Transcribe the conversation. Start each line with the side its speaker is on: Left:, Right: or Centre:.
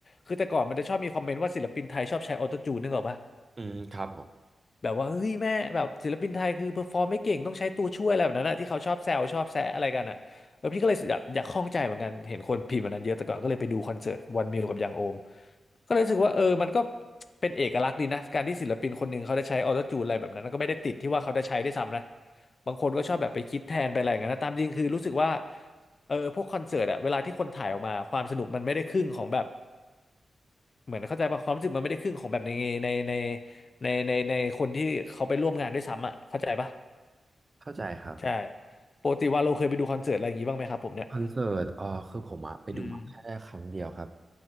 Left: คือแต่ก่อนมันจะชอบมีคอมเมนต์ว่าศิลปินไทยชอบใช้ออโตจูนนึกออกปะ
Right: อืมครับผม
Left: แบบว่าเฮ้ยแม่แบบศิลปินไทยคือเพอร์ฟอร์มไม่เก่งต้องใช้ตัวช่วยอะไรแบบนั้นอะที่เขาชอบแซวชอบแซะอะไรกันอะแบบพี่ก็เลยอยากอยากข้องใจเหมือนกันเห็นคนพิมพ์แบบนั้นเยอะแต่ก่อนก็เลยไปดูคอนเสิร์ตวันมิวกับยังโอมก็เลยรู้สึกว่าเออมันก็เป็นเอกลักษณ์ดีนะการที่ศิลปินคนหนึ่งเขาได้ใช้ออโต้จูนอะไรแบบนั้นก็ไม่ได้ติดที่ว่าเขาได้ใช้ด้วยซ้ำนะบางคนก็ชอบแบบไปคิดแทนไปอะไรอย่างนั้นนะตามจริงคือรู้สึกว่าเออพวกคอนเสิร์ตอะเวลาที่คนถ่ายออกมาความสนุกมันไม่ได้ครึ่งของแบบ เหมือนเข้าใจป่ะความรู้สึกมันไม่ได้ครึ่งของแบบในในในในในในคนที่เขาไปร่วมงานด้วยซ้ำอ่ะเข้าใจป่ะ
Right: เข้าใจครับผม
Left: ใช่ปกติว่าเราเคยไปดูคอนเสิร์ตอะไรอย่างงี้บ้างไหมครับผมเนี่ย
Right: คอนเสิร์ตเออคือผมอะไปดูมาแค่ครั้งเดียวครับ
Left: อืม